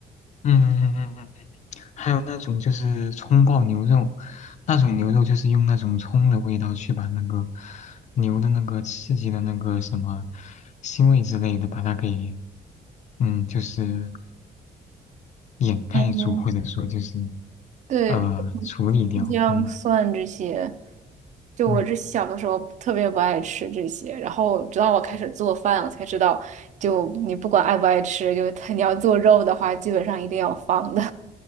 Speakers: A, on the left; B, on the right.
A: 嗯嗯嗯嗯还有那种就是葱爆牛肉，那种牛肉就是用那种葱的味道去把那个牛的那个刺激的那个什么腥味之类的，把它给嗯就是掩盖住，
B: 嗯，
A: 或者说就是
B: 对，
A: 呃处理掉。
B: 姜蒜这些，
A: 嗯
B: 就我这小的时候特别不爱吃这些，
A: 嗯
B: 然后直到我开始做饭，
A: 嗯
B: 我才知道，就你不管爱不爱吃，就 <laughs> 它你要做肉的话，基本上一定要放的。